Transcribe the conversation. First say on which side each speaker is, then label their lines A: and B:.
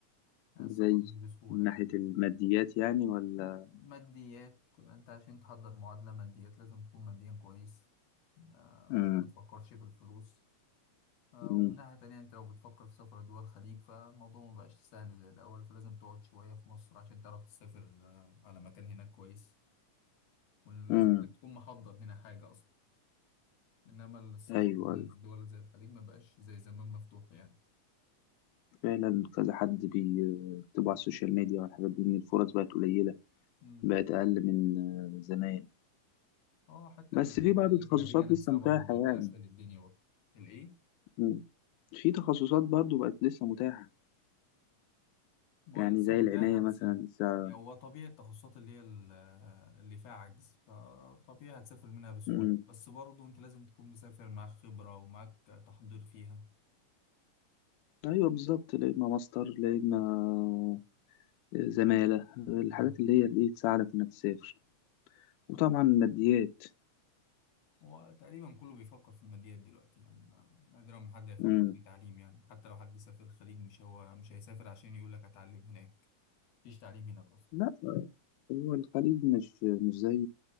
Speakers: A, on the left (about 60°); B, on the left (about 80°).
A: يعني
B: زي
A: السفر مش بسهولة
B: من ناحية
A: يعني
B: الماديات يعني ولا
A: م- ماديات انت عشان تحضر معادلة ماديات لازم تكون ماديا كويس آه،
B: مم.
A: عشان ما تفكرش في الفلوس آه،
B: مم.
A: ومن ناحية تانية أنت لو بتفكر في سفر دول الخليج فالموضوع مبقاش سهل زي الأول فلازم تقعد شوية في مصر عشان تعرف تسافر آه، على مكان هناك كويس ولازم
B: مم.
A: إنك تكون محضر هنا حاجة أصلا إنما السفر
B: أيوه
A: للدول
B: أيوه
A: زي الخليج مبقاش زي زمان مفتوح يعني
B: فعلا كذا حد بي- بيكتبوا على السوشيال ميديا والحاجات دي ان الفرص بقت قليله
A: مم.
B: بقت اقل من آه، زمان
A: اه حتى
B: بس
A: الدول
B: في بعض
A: الأجنبية
B: التخصصات
A: نفسها
B: لسه متاحه
A: برضه بقت
B: يعني
A: تقفل الدنيا برضه الإيه؟
B: مم. في تخصصات برضو بقت لسه متاحه
A: ما
B: يعني
A: هو لسه
B: زي
A: متاحة
B: العنايه
A: بس
B: مثلا
A: ال-
B: لسه
A: يعني هو طبيعي التخصصات اللي هي ال- اللي فيها عجز فطبيعي هتسافر منها بسهولة
B: مم.
A: بس برضه أنت لازم تكون مسافر معاك خبرة ومعاك تحضير فيها
B: ايوه بالظبط لا اما ماستر لا اما زماله الحاجات
A: مم.
B: اللي هي اللي تساعدك انك تسافر وطبعا ماديات
A: هو تقريبا كله بيفكر في الماديات دلوقتي يعني ما- نادرا ما حد هيفكر
B: مم.
A: في تعليم يعني حتى لو حد سافر الخليج مش هو مش هيسافر عشان يقول لك هتعلم هناك مفيش تعليم هناك أصلا
B: لا هو الخليج مش مش زي